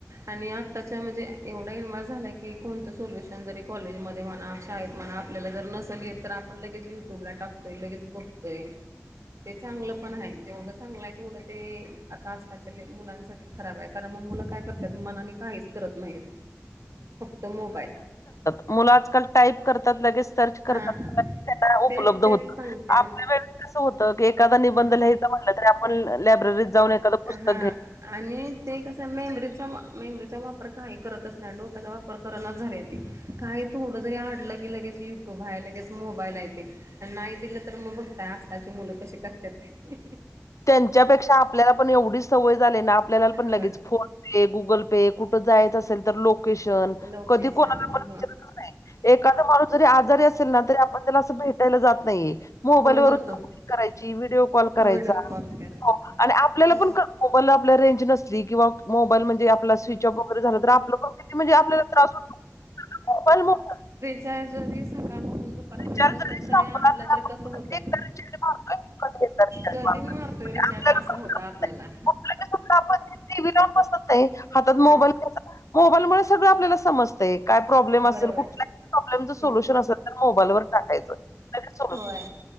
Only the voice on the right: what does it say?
आणि आत्ताच्या म्हणजे एवढा इन्व झाला की कोणतं सोल्युशन जरी कॉलेजमध्ये म्हणा शाळेत म्हणा. आपल्याला जर नसलय तर आपण लगेच युट्यूबला टाकतोय लगेच बघतोय. ते चांगलं पण आहे जेवढं चांगलं आहे तेवढं ते आता आजकालच्या मुलांसाठी खराब आहे कारण मग मुलं काय करतय मनाने काहीच करत नाहीत फक्त मोबाईल.
हा
तेच तेच
सांगते
हम्म
हा
आणि ते कसं मेंबरीचा मेंबरीचा वापर काही करतच नाही डोक्याचा वापर करनाच झाले त काय थोडं जरी आडलं की लगेच युट्यूब आहे लगेच मोबाईल आहे ते नाही दिलं तर मग बघताय आताची मुलं कशी करतेात ते
होय
लोकेशन
मग
फोन
करतो
व्हिडिओ कॉल करायचा
त्या जरी सकाळपासून दु पार पर्यंत
नसल
तर आपलं
तर
कसं होत.
कधी मारतोय
रिचार्ज
असं
होत
आपल्याला.
हा
बरोबर
आहे.
हम्म
होय